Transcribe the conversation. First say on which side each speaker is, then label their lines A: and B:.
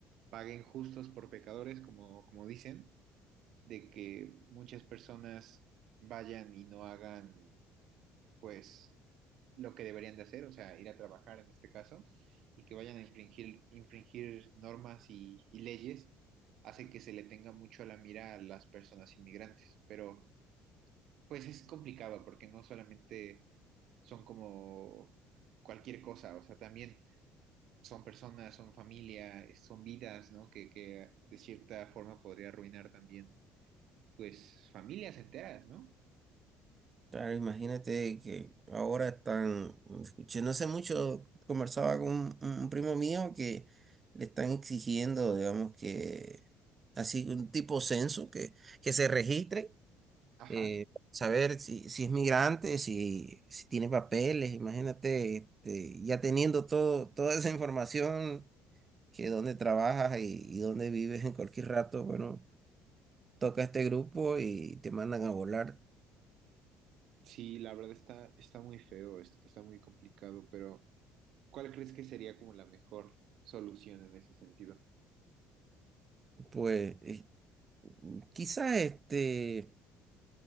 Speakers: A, on the right (about 60°); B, on the right (about 30°).
A: paguen justos por pecadores, como, como dicen, de que muchas personas vayan y no hagan pues lo que deberían de hacer, o sea, ir a trabajar en este caso, y que vayan a infringir, infringir normas y, y leyes, hace que se le tenga mucho a la mira a las personas inmigrantes. Pero pues es complicado porque no solamente son como cualquier cosa, o sea, también son personas, son familia, eh, son vidas, ¿no? Que, que de cierta forma podría arruinar también, pues, familias enteras, ¿no?
B: Claro, imagínate que ahora están, yo no sé mucho, conversaba con un, un primo mío que le están exigiendo, digamos, que así un tipo censo, que, que se registre
A: Ajá.
B: eh, saber si, si es migrante, si, si tiene papeles, imagínate, este, ya teniendo todo, toda esa información, que dónde trabajas y, y dónde vives en cualquier rato, bueno, toca este grupo y te mandan a volar.
A: Sí, la verdad está, está muy feo, es- está muy complicado, pero ¿cuál crees que sería como la mejor solución en ese sentido?
B: Pues eh, quizás este...